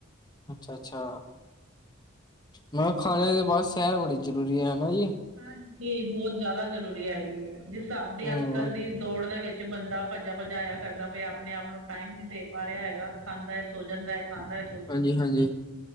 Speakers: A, on the left; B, on the right.
A: ਅੱਛਾ-ਅੱਛਾ। ਮੈਂ ਹਾ ਖਾਨੇ ਦੇ ਬਾਦ ਸੈਰ ਬੜੀ ਜਰੂਰੀ ਐ, ਹੈਨਾ ਜੀ।
B: ਹਾਂਜੀ ਬੋਤ ਜਿਆਦਾ ਜਰੂਰੀ ਹੈਗੀ ਐ। ਜਿਸ ਹਿਸਾਬ ਦੀ
A: ਹਾਂ
B: ਅੱਜ ਕੱਲ ਦੀ ਦੌੜ ਦੇ ਵਿੱਚ ਬੰਦਾ ਭੱਜਾ ਭਜਾਇਆ ਕਰਦਾ ਪਿਐ, ਆਪਣੇ ਆਪ ਨੂੰ ਟਾਇਮ ਨੀ ਦੇ ਪਾ ਰਿਆ ਹੈਗਾ ਖਾਂਦੈ ਸੋ ਜਾਂਦੈ, ਖਾਂਦੈ
A: ਹਾਂਜੀ-ਹਾਂਜੀ,